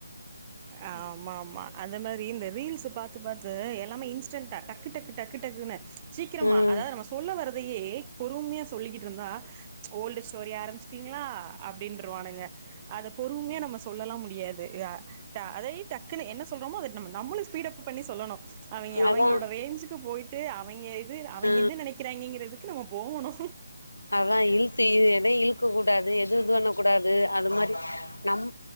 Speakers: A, on the right; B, on the left.
A: ஆமா ஆமா அந்த மாரி இந்த ரீல்ஸ பாத்து பாத் து எல்லாமே இன்ஸ் ன்ஸட ட டக்கு டக்கு டக்கு டக்குனு சீக்கிரமா
B: ம்
A: அதாது நம்ம சொல்ல வர்ரதயே பொறுமையா சொல்லிகிட்டுருந்தா ஓல்ட் ஸ்டோரிய ஆரமிச்சிட்டிங்களா அப்டினு வானுங்க பொறும்யா நம்மஸ் சொல்லலா முடியாது யா அ அதை டக்குன்னு என்ன சொல்றோமோ நம்ம நம்ம ஸ்பீடப் பண்ணி சொல்லணு அவிங்க அவிங்களோட
B: அதா
A: ரேஞ்சுக்கு போயிட் அவிங்க அவிங்க
B: ஆ
A: என்ன நெனைக்கிறாங்கங்றது நம்ம போவணு
B: அதா இழுத்து எதையு இழுக்க கூடாது எது இது வண்ண கூடாது அது மாரி நம்